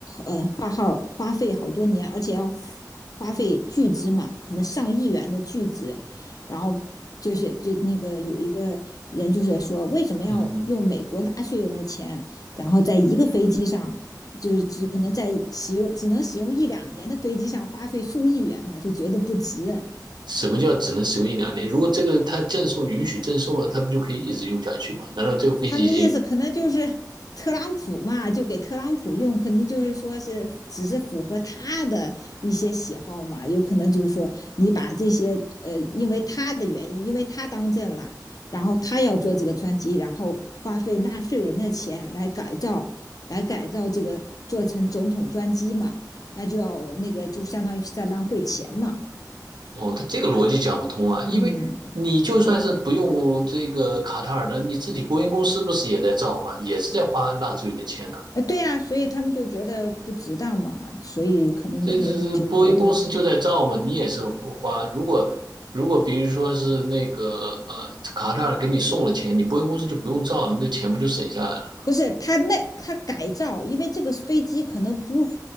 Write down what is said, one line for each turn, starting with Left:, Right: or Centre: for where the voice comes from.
Left: 呃花耗花费好多年，而且要花费巨资嘛，可能上亿元的巨资，然后。就是就那个有一个人就是说，为什么要用美国纳税人的钱，
Right: 嗯，
Left: 然后在一个飞机上就是就可能在使用只能使用一两年的飞机上花费数亿元嘛，就觉得不值。
Right: 什么叫只能使用一两年？如果这个它赠送允许赠送了，它不就可以一直用下去吗？难道这个飞机机
Left: 他们意思可能就是特朗普嘛，就给特朗普用，肯定就是说是只是符合他的一些喜好嘛，有可能就是说你把这些呃，因为他的原因，因为他当政了，然后他要做这个专机，然后花费纳税人的钱来改造，来改造这个做成总统专机嘛，那就要那个就相当于是在浪费钱嘛，
Right: 哦，它这个逻辑讲不通啊？因为你就算是不用这个卡塔尔的，
Left: 嗯。
Right: 你自己波音公司不是也在造吗？也是在花纳税人的钱
Left: 呃，对啊，所以他们就觉得不值当嘛，所以可能人家就觉得
Right: 这这这波音公司就在造嘛，你也是花。如果如果比如说是那个呃卡塔尔给你送了钱，你波音公司就不用造了，那钱不就省下来了？
Left: 不是他那他改造，因为这个飞机可能不